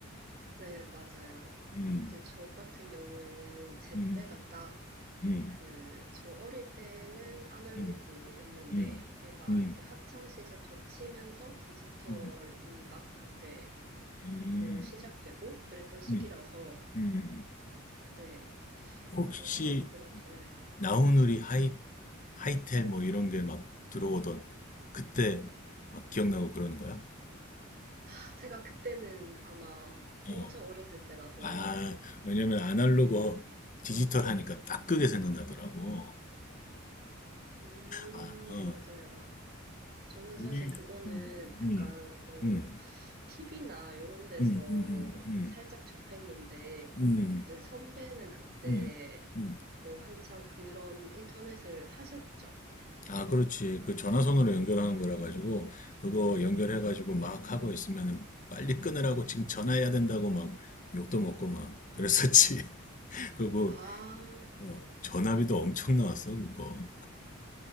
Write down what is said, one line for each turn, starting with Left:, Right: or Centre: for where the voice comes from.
Right: 네, 맞아요.
Left: 음,
Right: 이제 저 같은 경우에는 제
Left: 음.
Right: 때가 딱
Left: 음.
Right: 그, 저 어릴 때는 아날로그였는데,
Left: 음. 음.
Right: 제가
Left: 음.
Right: 이제 학창 시절 거치면서 디지털이
Left: 음.
Right: 막 그때
Left: 음.
Right: 어, 시작되고 그랬던 시기라서,
Left: 음. 음.
Right: 네,
Left: 혹시
Right: 뭔가 그런, 네.
Left: 나우누리 하이 하이텔 뭐 이런 게 막 들어오던 그때 막 기억나고 그러는 거야?
Right: 아, 제가 그때는 아마 엄청
Left: 어.
Right: 어렸을 때라서,
Left: 아, 왜냐면 아날로그 어, 디지털 하니까 딱 그게 생각나더라고.
Right: 음,
Left: 아, 어.
Right: 맞아요. 저는
Left: 우리
Right: 사실 그거는
Left: 음.
Right: 약간,
Left: 음.
Right: 어,
Left: 음.
Right: TV나 이런 데서
Left: 음. 음. 음.
Right: 살짝 접했는데,
Left: 음. 음.
Right: 이제 선배는 그때,
Left: 음. 음.
Right: 어, 한창 그런 인터넷을 하셨죠.
Left: 아, 그렇지. 그 전화선으로 연결하는 거라 가지고 그거 연결해 가지고 막 하고 있으면은 빨리 끊으라고 지금 전화해야 된다고 막 욕도 먹고 막 그랬었지. <laughs> 그리고
Right: 아,
Left: 어, 전화비도 엄청 나왔어, 그거.